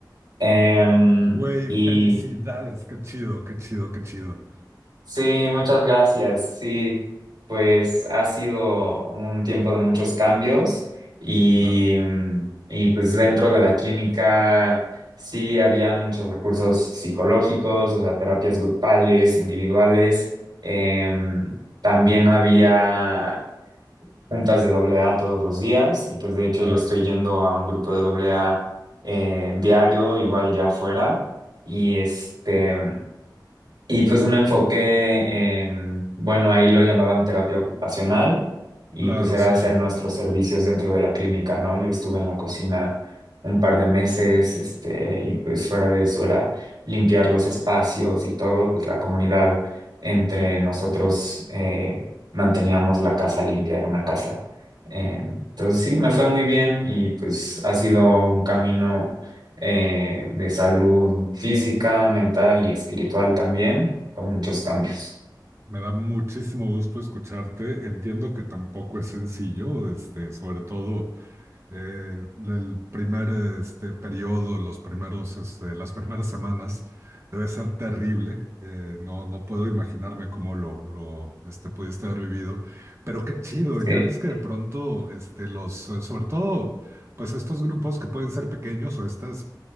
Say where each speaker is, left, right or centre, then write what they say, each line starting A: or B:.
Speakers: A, on the right (about 65°); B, on the right (about 35°).
A: Em,
B: Güey,
A: y
B: felicidades, qué chido, qué chido, qué chido.
A: Sí, muchas gracias. Sí, pues ha sido un tiempo de muchos cambios y,
B: Claro,
A: mm, y pues dentro de la clínica sí había muchos recursos psicológicos, o sea, terapias grupales, individuales. Em, también había juntas de doble A todos los días y pues de hecho
B: claro,
A: yo estoy yendo a un grupo de doble A eh, diario, igual ya afuera. Y este... Y pues un enfoque en, bueno, ahí lo llamaban terapia ocupacional y
B: claro,
A: pues era
B: sí.
A: hacer nuestros servicios dentro de la clínica, ¿no? Yo estuve en la cocina un par de meses, este, y pues fuera de eso era limpiar los espacios y todo, pues la comunidad entre nosotros eh, manteníamos la casa limpia, era una casa. Eh, entonces sí, me fue muy bien y pues ha sido un camino eh, de salud física, mental y espiritual también, con muchos cambios.
B: Me da muchísimo gusto escucharte. Entiendo que tampoco es sencillo, este, sobre todo eh, el primer este, periodo, los primeros, este, las primeras semanas, debe ser terrible. Eh, no, no puedo imaginarme cómo lo, lo este, pudiste haber vivido, pero qué chido,
A: Sí,
B: ya ves que de pronto, este, los, eh, sobre todo, pues estos grupos que pueden ser pequeños o estas